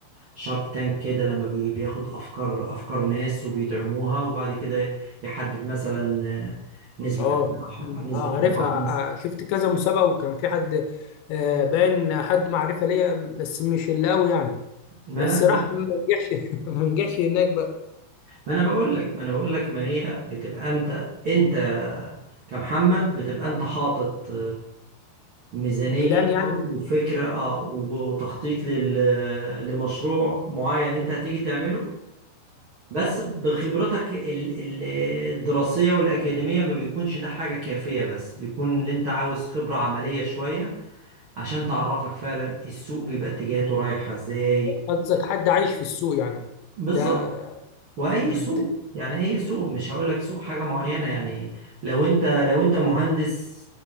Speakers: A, on the right; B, on the left.
A: شارك تانك كده لما بي- بياخد افكار افكار ناس وبيدعموها وبعد كده يحدد مثلا نسبه
B: أه
A: ارباح
B: مم.
A: نسبه
B: أه عارفها
A: ارباح
B: ع-
A: مثلا
B: ع- شفت كذا مسابقة وكان في حد آه، باين حد معرفة ليا بس مش اللي قوي يعني
A: ما
B: بس
A: انا ما
B: راح ما نجحش <laughs> ما نجحش هناك بقى
A: ما انا بقول لك ما انا بقول لك ما هي بتبقى انت انت كمحمد بتبقى انت حاطط ميزانية
B: بلان يعني
A: وفكرة اه وتخطيط لل... لمشروع معين انت هتيجي تعمله بس بخبرتك ال- ال- الدراسية والأكاديمية ما بيكونش ده حاجة كافية بس بيكون اللي انت عاوز خبرة عملية شوية عشان تعرفك فعلا السوق بيبقى اتجاهاته رايحة ازاي
B: قصدك حد عايش في السوق يعني
A: بالظبط
B: ده
A: واي
B: مم.
A: سوق يعني اي سوق مش هقول لك سوق حاجه معينه يعني لو انت لو انت مهندس